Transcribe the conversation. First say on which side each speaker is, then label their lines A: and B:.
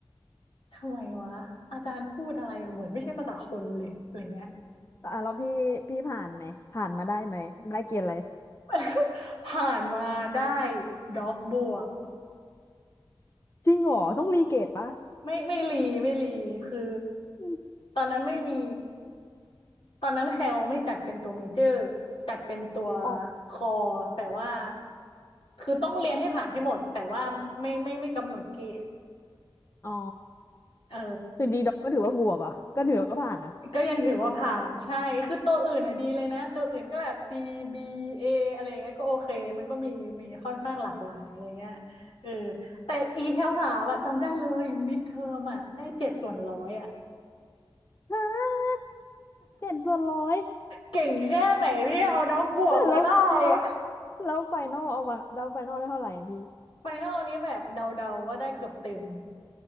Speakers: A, on the left (about 75°); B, on the left (about 30°).
A: ทำไมวะอาจารย์พูดอะไรอ่ะเหมือนไม่ใช่ภาษาคนเลยอะไรเงี้ย
B: แต่อ่ะแล้วพี่พี่ผ่านไหมผ่านมาได้ไหมได้เกรดอะไร
A: <laughs> ผ่านมาได้ด็อกบวก
B: จริงเหรอต้องรีเกรดปะ
A: ไม่ไม่รีไม่รีคือ
B: อม
A: ตอนนั้นไม่มีตอนนั้นแคลไม่จัดเป็นตัวเมเจอร์จัดเป็นตัว
B: อ๋อ
A: คอแต่ว่าคือต้องเรียนให้ผ่านให้หมดแต่ว่าไม่ไม่ไม่กำหนดเกรด
B: อ๋อ
A: เออ
B: คือดีด็อกก็ถือว่าบวกเหรอ่ะก็ถือว่าผ่านอ่ะ
A: ก็ยังถือว่าผ่านใช่คือตัวอื่นน่ะดีเลยนะตัวอื่นก็แบบ C B A ออะไรเงี้ยก็โอเคมันก็มีมีค่อนข้างหลากหลายอะไรเงี้ยเออแต่ e แคลสามอะจำได้เลยมิดเทอมอะได้เจ็ดส่วนร้อยอะ
B: ฮะเจ็ดส่วนร้อย
A: เก่งแค่ไหนที่เอาด็อกบวกมาได้อะ
B: แล้วแล้วแล้วไฟนอลเอามาแล้วไฟนอลได้เท่าไหร่อะพี่
A: ไฟนอลนี้แบบเดาๆว่าได้เกือบเต็ม